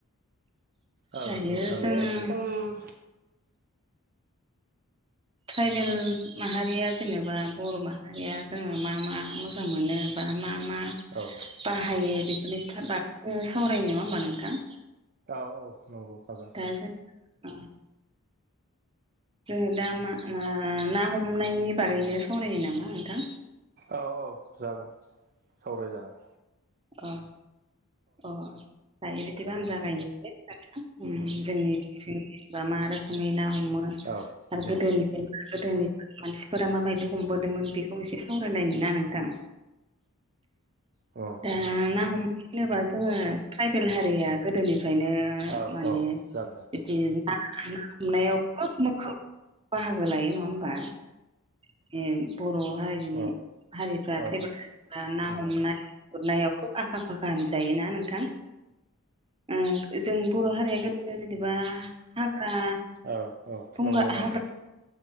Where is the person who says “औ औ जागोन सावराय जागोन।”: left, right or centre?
Right